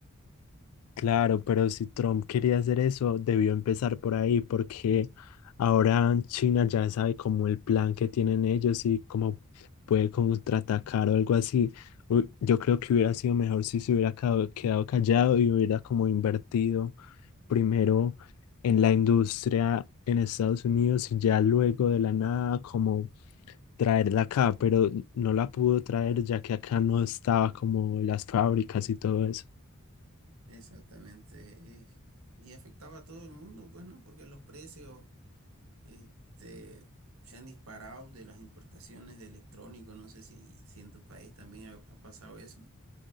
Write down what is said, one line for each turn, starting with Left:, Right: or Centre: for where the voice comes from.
Left: Claro, pero si Trump quería hacer eso, debió empezar por ahí, porque ahora China ya sabe como el plan que tienen ellos y cómo puede contraatacar o algo así. Uy, Yo creo que hubiera sido mejor si se hubiera quedado quedado callado y hubiera como invertido primero en la industria en Estados Unidos y ya luego de la nada como traerla acá, pero no la pudo traer ya que acá no estaba como las fábricas y todo eso.
Right: <laughs> Exactamente. eh, Y afectaba a todo el mundo, pues, ¿no? Porque los precios. Este, se han disparado de las importaciones de electrónicos. No sé si, si en tu país también ha, ha pasado eso.